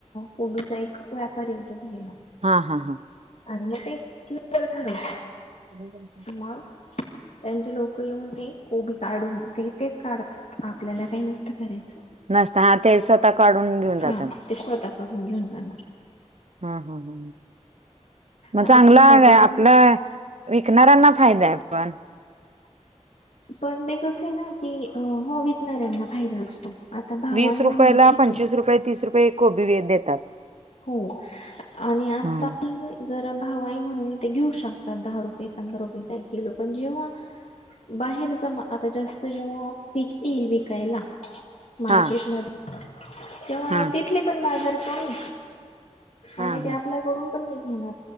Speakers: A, on the left; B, on the right.
A: कोबीचा एक व्यापारी येतो घ्यायला.
B: हा हा हां.
A: आणि मग ते क्यलुअर ठरवत
B: ह <unintelligible>
A: मग त्यांचे लोक येऊन ते कोबी काढून ते तेच काढतात आपल्याला काही नसतं कराच.
B: नसत हा ते स्वतः काढून घेऊन
A: हा
B: जातात.
A: ते स्वतः कडून घेऊन जाणार.
B: हा हा ह मग
A: आता
B: चांगला
A: सध्या
B: अग
A: तरी
B: आपलं
A: ना
B: विकणाऱ्यांना फायदा आहे पण.
A: पण ते कस आहे ना की हो विकणाऱ्यांना फायदा असतो. आता भाव
B: वीस
A: आहे म्हणून
B: रुपयाला,
A: ठीक
B: पंचवीस
A: आहे.
B: रुपये, तीस रुपये एक कोबी देतात.
A: हो आणि आता
B: हम्म
A: जरा भाव आहे म्हणून ते घेऊ शकतात दहा रुपये, पंधरा रुपये काही किलो पण जेव्हा बाहेर जमा आता जास्त जेव्हा पिक येईल विकायला मार्केट
B: हा
A: मध्ये तेव्हा
B: हा
A: तिथले पण बाजार कमी
B: हा
A: आणि ते
B: हा
A: आपल्याकडून पण नाही घेणार